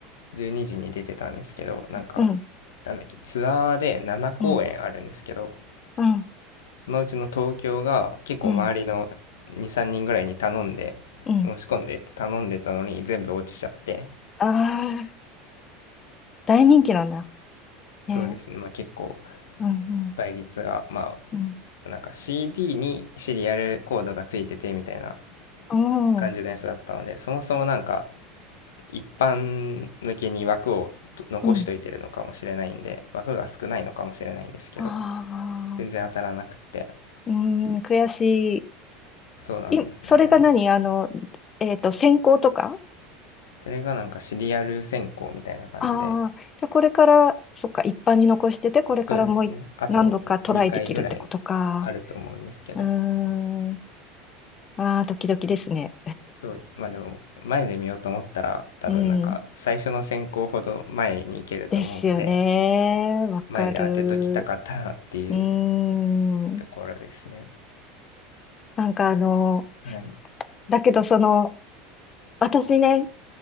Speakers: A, on the left; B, on the left.
A: 12時にじに出てたんですけどなんか
B: うん。
A: なんだっけツアーで7公演あるんですけど
B: うん。うん。
A: そのうちの東京が結構周りの23人ぐらいに頼んで
B: うん。うん。
A: 申し込んでって頼んでたのに全部落ちちゃって
B: ああ、大人気なんだ。
A: そうですねまあ結構
B: ね。うん。うん。
A: 倍率がま
B: うん。
A: あなんか CD にシリアルコードがついててみたいな
B: うん。
A: 感じのやつだったので、そもそもなんか一般向けに枠を残しといてるのかもしれないんで、
B: うん
A: 枠が少ないのかもしれないんですけど、
B: ああ、
A: 全然当たらなくて、
B: うーん、悔し
A: そうなんですよね。
B: い。い、それが何あの、えっと、専攻とか
A: それがなんかシリアル選考みたいな感じで、
B: ああー、じゃあこれから、そっか、一般に残してて、これからもうい何度かトライできるってことか。
A: そうですね。あと2回ぐらいあると思うんですけど、
B: うーん、ああ、ドキドキですね。
A: そう、まあでも前で見ようと思ったら多分なんか最初の選考ほど前に行けると思うんで、
B: うん、ですよね。わかる。
A: 前で当てときたかったなっていう
B: うーん、
A: ところですね。
B: なんかあの、
A: はい。
B: だけどその、私ね、